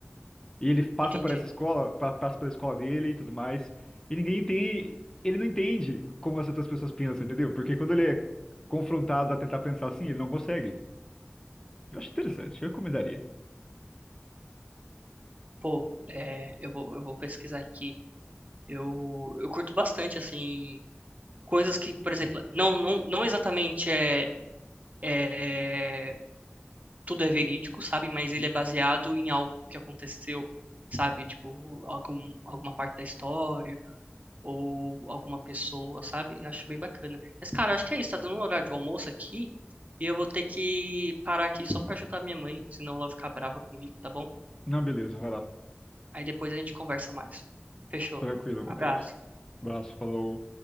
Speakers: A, on the left; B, on the right.
A: E ele passa
B: Entendi.
A: por essa escola, pa- passa pela escola dele e tudo mais. E ninguém entende, ele não entende como as outras pessoas pensam, entendeu? Porque quando ele é confrontado a tentar pensar assim, ele não consegue. Eu acho interessante, eu recomendaria.
B: Pô, é, eu vou, eu vou pesquisar aqui. Eu, eu curto bastante, assim, coisas que, por exemplo, não, não, não exatamente é, é. é, Tudo é verídico, sabe? Mas ele
A: Hum?
B: é baseado em algo que aconteceu, sabe? Tipo, algum, alguma parte da história ou alguma pessoa, sabe? Eu acho bem bacana. Mas, cara, eu acho que é isso. Tá dando um horário de almoço aqui e eu vou ter que parar aqui só pra ajudar minha mãe, senão ela vai ficar brava comigo, tá bom?
A: Não, beleza, vai lá.
B: Aí depois a gente conversa mais. Fechou.
A: Tranquilo,
B: Abraço.
A: Matheus. Abraço, falou.